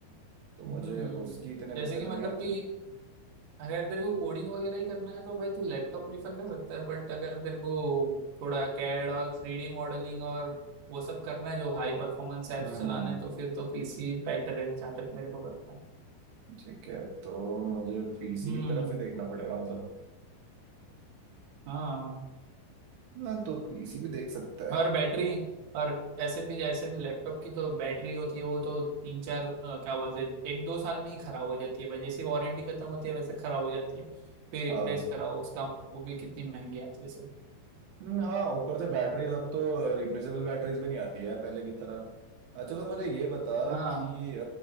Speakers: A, on the right; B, on the right.
A: तो
B: हम्म
A: मुझे उसकी इतनी दिक्कत
B: जैसे कि मतलब
A: नहीं आती
B: कि अगर तेरे को कोडिंग वगैरह ही करना है तो भाई तू लैपटॉप प्रीफर कर सकता है बट अगर तेरे को थोड़ा कैड और थ्री डी मॉडलिंग और वो सब करना है जो हाई परफॉर्मेंस एप्स
A: हम्म
B: चलाने हैं तो फिर तो पीसी बेटर है जहाँ तक मेरे को पता है
A: ठीक है तो मुझे पीसी
B: हम्म
A: की तरफ ही देखना पड़ेगा मतलब
B: हाँ
A: हाँ तो पीसी भी देख सकता है
B: और बैटरी और ऐसे भी ऐसे भी लैपटॉप की तो बैटरी होती है वो तो तीन चार अ, क्या बोलते हैं एक दो साल में ही खराब हो जाती है भाई जैसे वारंटी खत्म होती है वैसे खराब हो जाती है फिर रिप्लेस
A: हाँ
B: कराओ उसका वो भी कितनी महंगी आती है सर
A: हम्म, हाँ ऊपर से बैटरीज अब तो रिप्लेसेबल बैटरीज भी नहीं आती है यार पहले की तरह अच्छा तो मुझे ये बता
B: हाँ
A: कि अ,